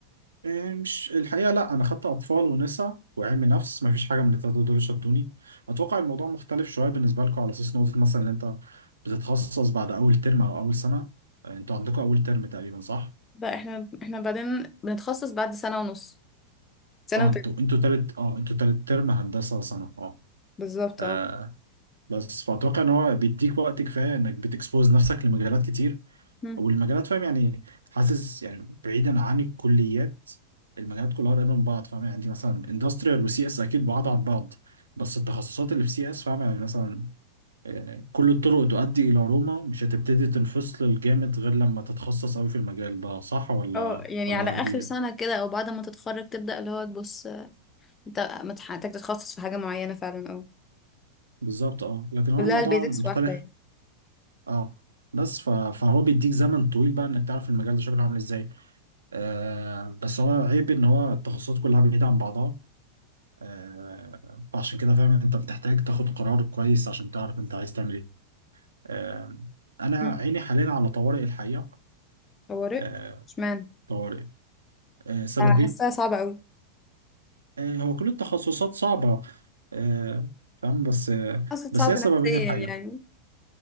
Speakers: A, on the right; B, on the left.
A: إيه، مش الحقيقه لا انا خدت اطفال ونساء وعلم نفس ما فيش حاجه من الثلاثه دول شدوني اتوقع الموضوع مختلف شويه بالنسبه لكم على اساس نقطه مثلا ان انت بتتخصص بعد اول ترم او اول سنه آه، انتوا عندكم اول ترم تقريبا صح
B: بقى احنا احنا بعدين بنتخصص بعد سنة ونص سنة
A: اه
B: وتلت
A: انتوا انتوا تالت اه انتوا تالت ترم هندسه سنه اه
B: بالظبط
A: آه،
B: اه
A: بس فأتوقع إن هو بيديك وقت كفاية إنك بتكسبوز نفسك لمجالات كتير
B: مم.
A: والمجالات فاهم يعني حاسس يعني بعيدا عن الكليات المجالات كلها قريبة من بعض فاهم يعني عندي مثلا اندستريال وسي اس أكيد بعاد عن بعض بس التخصصات اللي في سي اس فاهم يعني مثلا آه، كل الطرق تؤدي إلى روما مش هتبتدي تنفصل الجامد غير لما تتخصص أوي في المجال ده صح ولا
B: اه يعني
A: ولا
B: على
A: أنا عندي
B: اخر سنة كده او بعد ما تتخرج تبدأ اللي هو تبص انت مت- محتاج تتخصص في حاجة معينة فعلا اه
A: بالظبط اه لكن هو
B: كلها
A: الموضوع
B: البيزكس
A: مختلف
B: واحدة يعني
A: اه بس ف... فهو بيديك زمن طويل بقى انك تعرف المجال ده شكله عامل ازاي آه بس هو عيب ان هو التخصصات كلها بعيدة عن بعضها آه فعشان كده فاهم انت بتحتاج تاخد قرار كويس عشان تعرف انت عايز تعمل ايه آه انا
B: مم.
A: عيني حاليا على طوارئ الحقيقة
B: طوارئ
A: آه
B: اشمعنى
A: طوارئ آه سببين
B: حاساها صعبة أوي
A: آه هو كل التخصصات صعبة آه فاهم بس آه
B: أصلا
A: بس
B: صعب
A: هي سببين
B: نفسيا
A: الحقيقة
B: يعني